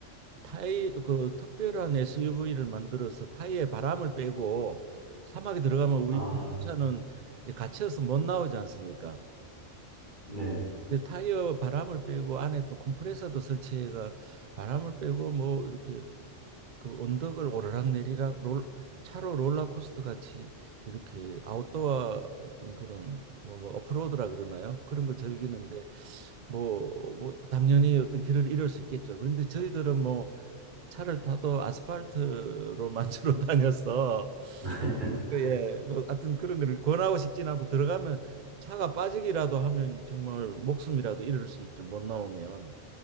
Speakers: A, on the right; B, on the right.
A: 타이 그 특별한 SUV를 만들어서 타이에 바람을 빼고 사막에 들어가면 우리
B: 아,
A: 차는 이제 갇혀서 못 나오지 않습니까?
B: 네.
A: 근데 타이어 바람을 빼고 안에 또 컴프레서도 설치해가 바람을 빼고 뭐 이렇게 그 언덕을 오르락내리락 롤 차로 롤러코스터 같이 이렇게 아웃도어 어떤 그런 뭐, 뭐 오프로드라 그러나요? 그런 걸 즐기는데 뭐, 뭐 당연히 어떤 길을 잃을 수 있겠죠. 그런데 저희들은 뭐 차를 타도 아스팔트로만 <laughs> 주로 다녀서
B: <laughs>
A: 예, 뭐 하여튼 그런 걸 권하고 싶진 않고 들어가면 차가 빠지기라도 하면 정말 목숨이라도 잃을 수 있죠. 못 나오면